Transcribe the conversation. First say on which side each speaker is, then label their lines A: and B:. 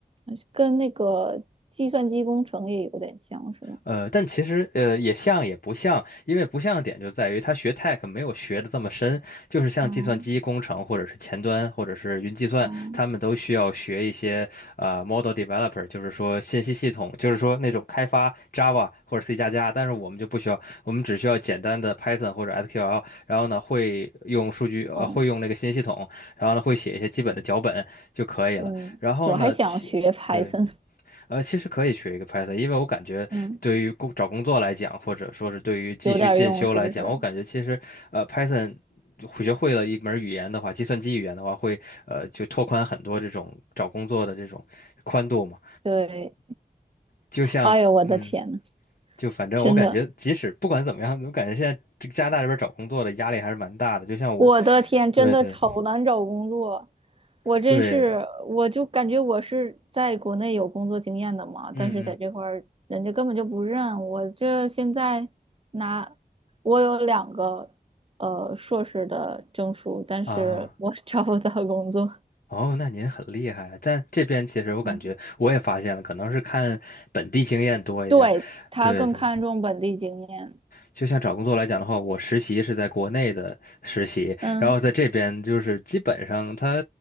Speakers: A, on the right (about 35°); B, on the left (about 60°).
A: 呃跟那个计算机工程也有点像，是吗？
B: 呃，但其实呃也像也不像，因为不像的点就在于他学 tech 没有学的这么深，就是像计算机工程或者是前端或者是云计算，
A: 嗯嗯
B: 他们都需要学一些呃 model developer，就是说信息系统，就是说那种开发 Java 或者 C 加加，但是我们就不需要，我们只需要简单的 Python 或者 SQL，然后呢会用数据呃会用那个信息系统，
A: 嗯
B: 然后呢会写一些基本的脚本就可以了，
A: 嗯，
B: 然后呢其。
A: 我还想学 <laughs> Python，
B: 对。呃，其实可以学一个 Python，因为我感觉对于工找工作来讲，
A: 嗯，
B: 或者说是对于继续进修来讲，
A: 有点儿用是不是？
B: 我感觉其实呃 Python 会学会了一门语言的话，计算机语言的话，会呃就拓宽很多这种找工作的这种宽度嘛。
A: 对，
B: 就像嗯，
A: 哎呦，我的天呐，
B: 就反正我感觉，
A: 真的。
B: 即使不管怎么样，我感觉现在这个加拿大这边找工作的压力还是蛮大的。就像我，
A: 我的天，
B: 对对
A: 真的好难找工作，我真是，
B: 对，
A: 我就感觉我是在国内有工作经验的嘛，但是在这块儿人家根本就不认我。
B: 嗯嗯
A: 这现在拿我有两个呃硕士的证书，但是我
B: 啊。
A: <laughs> 找不到工作。
B: 哦，那您很厉害啊。但这边其实我感觉我也发现了，
A: 嗯，
B: 可能是看本地经验多一点儿对对，
A: 对，他更看重本地经验，
B: 就像找工作来讲的话，我实习是在国内的实习，
A: 嗯，
B: 然后在这边就是基本上他